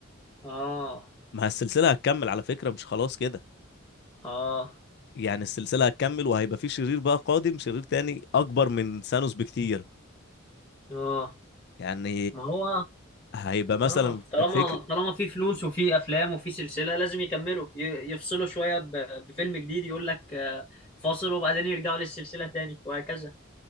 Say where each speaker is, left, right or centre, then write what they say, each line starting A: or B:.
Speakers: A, on the left (about 25°); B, on the left (about 55°).
A: اه
B: ما السلسلة هتكمل على فكرة مش خلاص كده
A: اه
B: يعني السلسلة هتكمل وهيبقى في شرير بقى قادم شرير تاني اكبر من ثانوس بكتير
A: اه
B: يعني
A: ما هو
B: هيبقى مثلا
A: اه طالما
B: فكر
A: طالما في فلوس وفي افلام وفي سلسله لازم يكملوا ي- يفصلوا شويه ب... بفيلم جديد يقول لك آه، فاصل وبعدين يرجعوا للسلسله تاني وهكذا